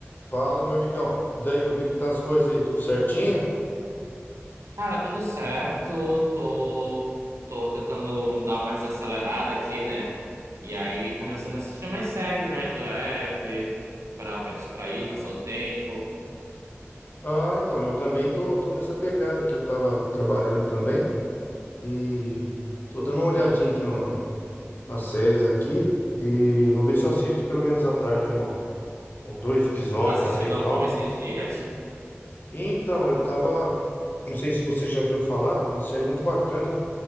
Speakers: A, on the left; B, on the right.
A: Fala, meu amigão. E daí, como é que tá as coisas aí? Tudo certinho?
B: Cara, tudo certo. Tô, tô tentando dar uma desacelerada aqui, né? E aí começando a assistir mais séries, né? De leve, pra, pra distrair, passar o tempo.
A: Ah, então, eu também tô, tô nessa pegada aqui. Eu tava trabalhando também e tô dando uma olhadinha aqui no- nas séries aqui e vou ver se eu assisto pelo menos à tarde uma- uns dois episódios
B: Tá assistindo
A: aí e tal.
B: alguma esses dias
A: E então, eu tava, não sei se você já viu falar, uma série muito bacana.